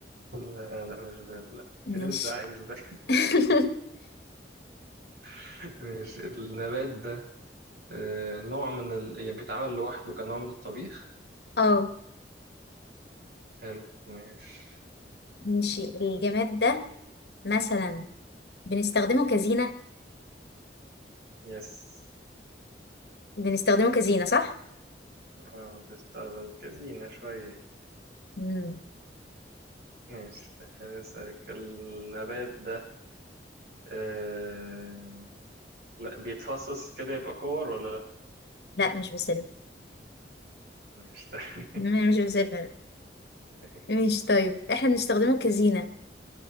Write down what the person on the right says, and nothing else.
لا لا مش باب لا
تريد بتزعقي مش باب
<laughs> ماشي النبات ده آه، نوع من ال... يعني بيتعمل لوحده كنوع من الطبيخ
حلو ماشي
يس
اه بيستخدم كزينة شوية
ماشي تعالى أسألك النبات ده آه... لا بيتفصص كده يبقى كور ولا لا
ماشي تعالى
<laughs>